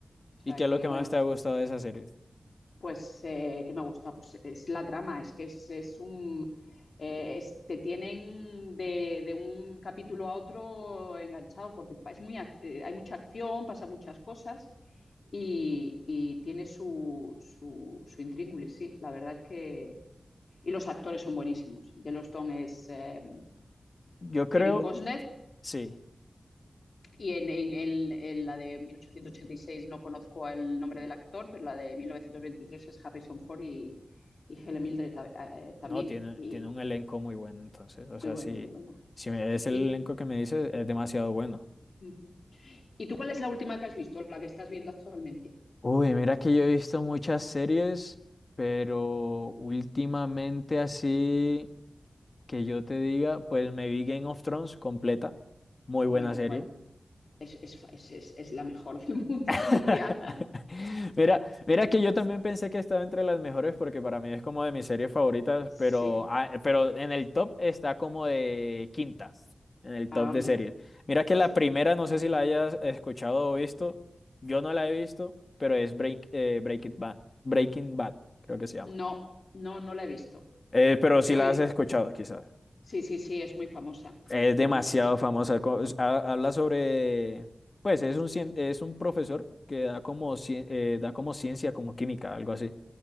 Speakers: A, on the left; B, on the left.
A: O sea
B: ¿Y qué es
A: que,
B: lo que
A: bueno,
B: más te ha gustado de esa serie?
A: pues, eh, ¿qué me gusta? Pues es la trama, es que es, es un... eh, es- te tienen de, de un capítulo a otro enganchado porque pa- es muy, ac- eh, hay mucha acción, pasa muchas cosas y, y tiene su, su, su intríngulis, sí, la verdad es que... Y los actores son buenísimos. Yellowstone es eh,
B: Yo creo,
A: Kevin Costner
B: sí.
A: y en, en- en- en la de 1886 no conozco el nombre del actor, pero la de 1923 es Harrison Ford y, y Helen Mildred eh, también.
B: No, tiene,
A: Y
B: tiene un elenco muy bueno, entonces. O sea,
A: muy bueno,
B: si,
A: muy buena.
B: si me- es el
A: Y,
B: elenco que me dice, es demasiado bueno.
A: <laughs> ujú. ¿Y tú cuál es la última que has visto, la que estás viendo actualmente?
B: Uy, mira que yo he visto muchas series, pero últimamente así que yo te diga, pues me vi Game of Thrones completa. Muy
A: Bueno,
B: buena serie.
A: bueno, es, es- es- es- es la mejor del mundo
B: <laughs>
A: <laughs> mundial.
B: Mira, mira que yo también pensé que estaba entre las mejores porque para mí es como de mis series favoritas,
A: Sí,
B: pero, ah, pero en el top está como de quintas, en el
A: ah,
B: top
A: amigo,
B: de series. Mira que
A: sí.
B: la primera, no sé si la hayas escuchado o visto, yo no la he visto, pero es Break, eh, Breaking Bad, Breaking Bad, creo que se llama.
A: No, no, no la he visto.
B: Eh, pero si
A: He
B: la
A: oído.
B: has escuchado, quizás.
A: Sí, sí, sí, es muy famosa.
B: Es
A: Es
B: demasiado
A: muy famosa.
B: famosa. co- es- ha- Habla sobre, pues es un, cien- es un profesor que da como, cien- eh, da como ciencia, como química, algo así.